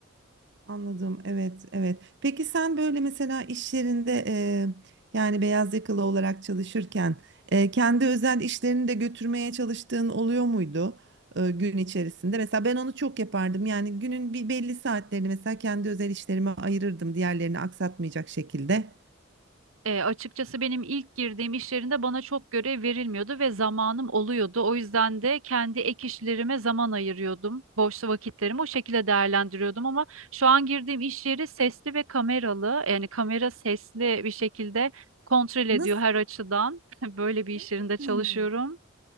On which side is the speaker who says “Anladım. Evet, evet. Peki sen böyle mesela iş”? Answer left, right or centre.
Right